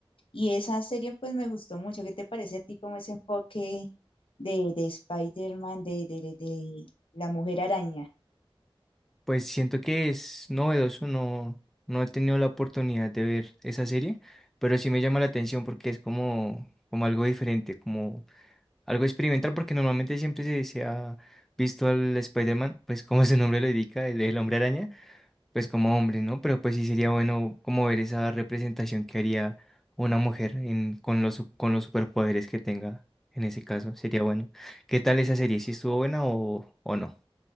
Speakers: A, on the left; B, in the centre.
A: Y esa serie pues me gustó mucho. ¿Qué te parece a ti como ese enfoque de, de Spider-Man, de, de, de- de la mujer araña?
B: Pues siento que es novedoso, no, no he tenido la oportunidad de ver esa serie, pero sí me llama la atención porque es como, como algo diferente, como algo experimental, porque normalmente siempre se, se ha visto al Spider-Man, pues como su nombre lo indica, el, el hombre araña, pues como hombre, ¿no? Pero pues sí sería bueno como ver esa representación que haría una mujer en, con los, sup- con los superpoderes que tenga en ese caso, sería bueno. ¿Qué tal esa serie? ¿Si estuvo buena o, o no?